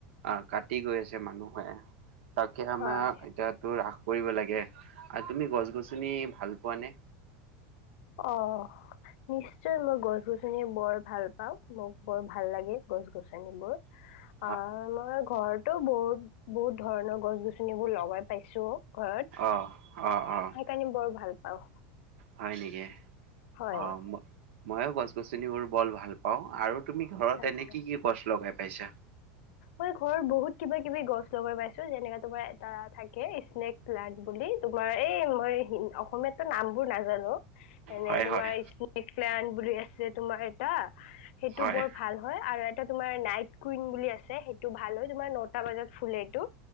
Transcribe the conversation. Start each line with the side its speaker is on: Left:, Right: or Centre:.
Right: আহ কাটি গৈ আছে মানুহে। তাকে আমাক
Left: হয়
Right: এতিয়া তোৰ ৰাস কৰিব লাগে আৰু তুমি গছ গছনি ভাল পোৱা নে।
Left: অ'। নিশ্চয় মই গছ গছনিয বৰ ভাল পাও, মোক বৰ ভাল লাগে গছ গছনিবোৰ।
Right: <inaudible>
Left: অ', মই ঘৰ তো বহুত, বহুত ধৰণৰ গছ গছনিবোৰ লগাই পাইছো ঘৰত।
Right: অ'। অ', অ',
Left: সেইকাৰণে বৰ ভাল পাওঁ
Right: হয় নেকি
Left: হয়
Right: অ'। মইও গছ গছনিবোৰ বৰ ভাল পাও আৰু তুমি ঘৰত
Left: আচ্ছা
Right: এনে কি কি গছ লগাই পাইছা?
Left: মই ঘৰত বহুত কিবা কিবি গছ লগাই পাইছো যেনেকাে তোমাৰ এটা থাকে স্নেক প্লাণ্ট বুলি তোমাৰ এই মই অসমীয়াতো নাম বোৰ নাজানো। এনে
Right: হয়
Left: তোমাৰ
Right: হয়
Left: স্নেক প্লান বুলি আছে তোমাৰ এটা সেইটো
Right: হয়
Left: বৰ ভাল হয় আৰু তোমাৰ নাইট কুইন বুলি আছে সেইটো ভাল হয় তোমাৰ নৰ্ট <unintelligible> বজাত ফুলে এইটো